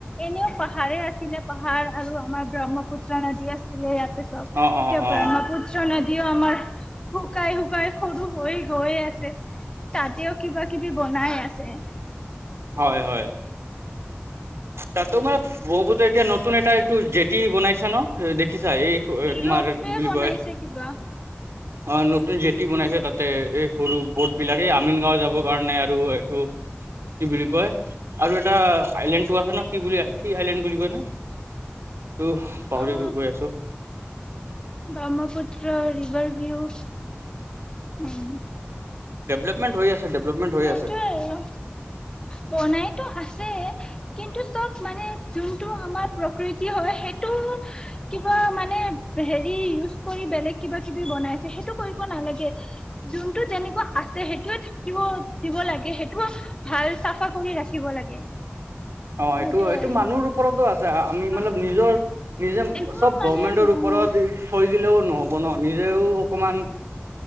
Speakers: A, on the left (about 20°); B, on the right (about 85°).
A: এনেও পাহাৰেই আছিলে পাহাৰ আৰু আমাৰ ব্ৰহ্মপুত্ৰ নদী আছিলে ইয়াত চব এতিয়া
B: অ অ অ
A: ব্ৰহ্মপুত্ৰ নদীও আমাৰ শুকাই শুকাই সৰু হৈ গৈ আছে তাতেও কিবা কিবি বনাই আছে
B: হয় হয় তাতো মানে বৰষুণটো এতিয়া ন নতুন এটা এইটো জেতি বনাইছে ন দেখ দেখিছা এই তোমাৰ
A: ৰপৱে
B: কি বুলি
A: বনাইছে
B: কয়
A: কিবা
B: অ নতুন জেটি বনাইছে তাত তে এই সৰু বট বিলাকে এই আমিন গাঁও যাবৰ কাৰণে আৰু এইটো কি বুলি কয় আৰু এটা আইলেণ্ড টো আছে ন কি বুলি কি আইলণ্ড বুলি কয় এইটো পাহৰি
A: অ
B: গৈ আছো
A: ব্ৰহ্মপুত্ৰ ৰিভাৰ ভিও উম
B: ডেভেলপমেণ্ট হৈ আছে ডেভেলপমেণ্ট হৈ
A: সেইটোৱে
B: আছে
A: আৰু বনাইতো আছে কিন্তু চব মানে যোনটো আমাৰ প্ৰকৃতি হয় সেইটো কিবা মানে হেৰি ইউজ কৰি বেলেগ কিবা কিবি বনাইছে সেইটো কৰিব নালাগে যোনটো তেনেকুৱা সেইটোয়ে থাকিব দিব লাগে সেইটো কিবা ভাল কৰি ৰাখিব লাগে
B: অ
A: সেইটোয়ে
B: এইটো এইটো
A: আৰু
B: মানুহৰ ওপৰতো আছে আমি মানল
A: অ
B: নিজৰ নিজে
A: এইবোৰ
B: চব
A: মানে
B: গভমেন্টৰ ওপৰত
A: উম
B: থৈ দিলেও নহব ন নিজেও অকমান